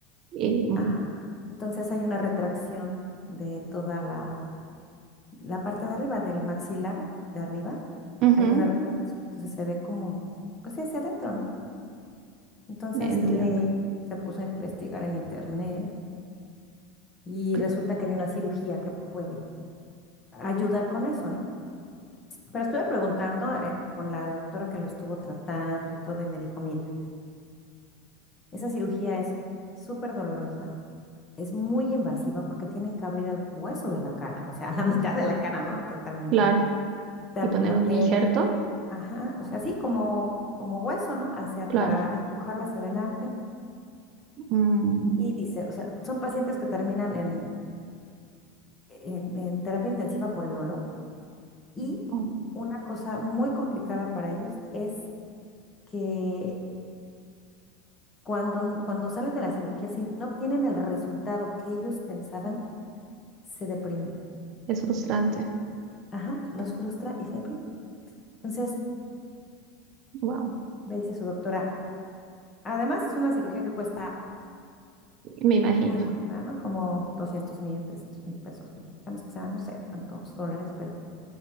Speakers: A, on the right (about 50°); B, on the left (about 30°).
A: Y, mm,
B: Ajá. Entonces hay una retracción de toda la, la parte de arriba, del maxilar de arriba,
A: ujú,
B: hay una retracción, entonces se ve como, pues sí, hacia adentro, ¿no? Entonces
A: entiendo.
B: le se puso a investigar en internet y
A: Cl-
B: resulta que hay una cirugía que puede ayudar con eso, ¿no? Pero estuve preguntando eh, con la doctora que lo estuvo tratando y todo, y me dijo, mira, Esa cirugía es súper dolorosa, es muy invasiva porque tienen que abrir el hueso de la cara, o sea, <laughs> la mitad de la cara, ¿no? Totalmente.
A: Claro.
B: Dar
A: Y poner
B: la
A: un
B: piel,
A: injerto,
B: ajá, o sea, así como, como hueso, ¿no? Hacia,
A: claro.
B: para empujarlo hacia adelante.
A: Mm,
B: Y dice, o sea, son pacientes que terminan en, en, en terapia intensiva por el dolor. Y
A: oh.
B: una cosa muy complicada para ellos es que cuando, cuando salen de la cirugía, si no obtienen el resultado que ellos pensaban, se deprimen.
A: Es frustrante.
B: Ajá, los frustra y se deprime. Entonces,
A: Wow,
B: me dice su doctora, además es una cirugía que cuesta
A: me imagino,
B: muy, muy cara, ¿no? Como doscientos mil, trescientos mil pesos mexicanos, que sean, no sé cuántos dólares, pero